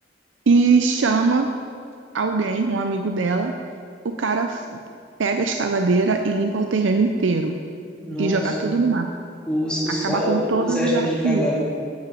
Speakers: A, on the right; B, in the centre.
A: e chama alguém, um amigo dela. O cara f- pega a escavadeira e limpa o terreno inteiro
B: Nossa,
A: e joga tudo no mar.
B: os, os,
A: Acaba
B: sol,
A: com todos
B: os restos
A: os jardins.
B: de cadáver.